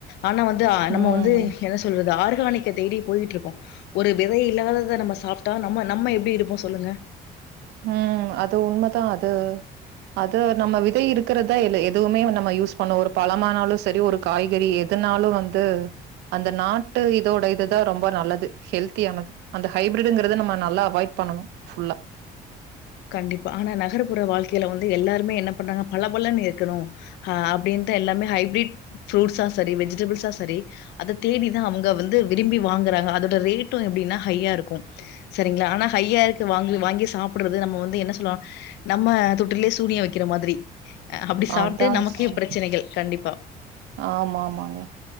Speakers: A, on the left (about 85°); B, on the right (about 85°).
A: ஆனா வந்து அ நம்ம
B: ம்
A: வந்து என்ன சொல்றது ஆர் காணிக்க தேடி போயிட்டுருக்கோ ஒரு விதை இல்லாதத நம்ம சாப்ட்டா நம்ம நம்ம எப்டி இருப்போ சொல்லுங்க
B: உம் அது உண்மதா அது அது நம்ம விதை இருக்கறத்தா இல்ல எதுவுமே நம்ம யூஸ் பண்ணு ஒரு பழமானாலு செரி ஒரு காய்கறி எதுனாலு வந்து அந்த நாட்டு இதோட இதுதா ரொம்ப நல்லது ஹெல்த்தியானது அந்த ஹைப்ரிடுங்கறத நம்ம நல்லா அவாய்ட் பண்ணணு ஃபுல்லா
A: கண்டிப்பா ஆனா நகர்ப்புற வாழ்க்கையில வந்து எல்லாருமே என்ன பண்றாங்க பல பலன்னு இருக்கணு ஆ அப்டின்ட்டு எல்லாமே ஹைபிரிட் ஃப்ரூட்ஸா சரி வெஜிடபிள்ஸா சரி அத தேடிதா அவுங்க வந்து விரும்பி வாங்குறாங்க அதோட ரேட்டு எப்டின்னா ஹையா இருக்கும் சரிங்களா ஆனா ஹையா இருக்கு வாங்கு வாங்கி சாப் து நம்ம வந்து என்ன சொல்லா நம்ம துட்டுலேயே சூனிய வெக்கிற மாதிரி அ அப்டி சாப்ட்டு
B: அதாங்
A: நமக்கே
B: சிஸ்ட
A: பிரச்சனைகள். கண்டிப்பா.
B: ஆமாமாங்க